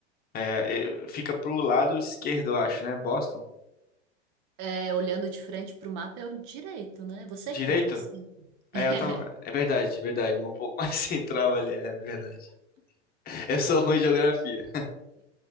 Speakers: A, on the left (about 25°); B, on the right (about 40°).
A: É, eh, fica pro lado esquerdo, eu acho, né? Boston.
B: É, olhando de frente pro mapa é o direito, né? Você
A: Direito?
B: que estava no esquerdo.
A: É,
B: <laughs>
A: eu tava... é verdade, é verdade. Um pouco <laughs> mais central ali, é verdade. Eu sou ruim de geografia.